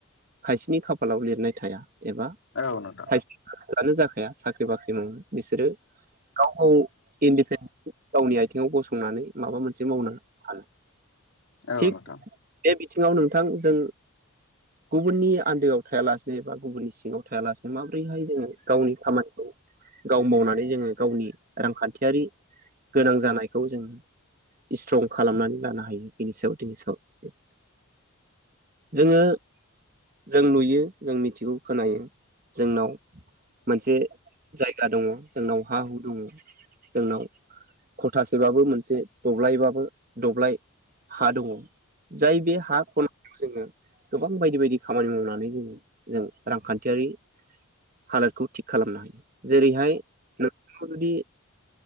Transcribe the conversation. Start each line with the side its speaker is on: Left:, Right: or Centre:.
Right: खायसेनि खाफालाव लिरनाय थाया एबा
Left: औ नोंथां
Right: <unintelligible> जाखाया साख्रि बाख्रि मावनो बिसोरो गाव गाव इनडेपेनडेन्टलि गावनि आथिङाव गसंनानै माबा मोनसे मावनो हानो।
Left: औ
Right: थिग
Left: नोंथां
Right: बे बिथिङाव नोंथां जों गुबुननि आन्दोआव थायालासेनो एबा गुबुननि सिङाव थायालासेनो माबोरैहाय जोंङो गावनि खामानिखौ गाव मावनानै जोंङो गावनि रांखान्थियारि गोनां जानायखौ जों स्ट्रं खालामनानै लानो हायो बेनि सायाव दिनै <unintelligible> जोंङो जों नुयो जों मिथिगौ खोनायो जोंनाव मोनसे जायगा दङ जोंनाव हा हु दङ जोंनाव खथासेबाबो मोनसे दब्लायबाबो दब्लाय हा दङ। जाय बे हा खन जोंङो गोबां बायदि बायदि खामानि मावनानै जोंङो जों रांखान्थियारि हालोदखौ थिग खालामनो हायो। जेरै हाय नोंथांनाव जुदि